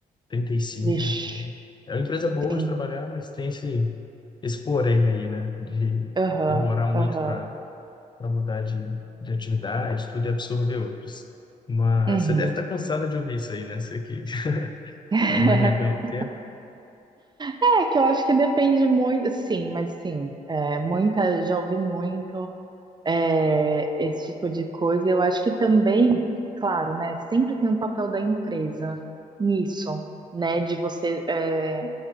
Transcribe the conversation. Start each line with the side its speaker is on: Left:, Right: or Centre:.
Left: trinta e cinco.
Right: Vixe.
Left: É uma empresa boa
Right: Sim.
Left: de trabalhar, mas tem esse, esse porém aí, né? De
Right: Aham,
Left: demorar muito
Right: aham,
Left: para para mudar de, de atividade, tudo e absorver outras. Mas
Right: uhum.
Left: você deve estar cansada de ouvir isso aí, né? Você que <laughs>
Right: <laughs>
Left: está no RH há um tempo.
Right: É que eu acho que depende muito, sim, mas sim, é, muita, já ouvi muito é, esse tipo de coisa. Eu acho que também, claro, né, sempre tem um papel da empresa nisso, né, de você é,